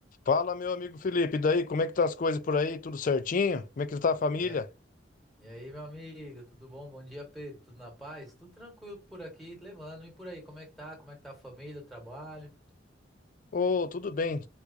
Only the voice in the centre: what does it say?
E aí, e aí, meu amigo, tudo bom? Bom dia, Pedro. Tudo na paz? Tudo tranquilo por aqui, levando. E por aí, como é que tá? Como é que tá a família, o trabalho?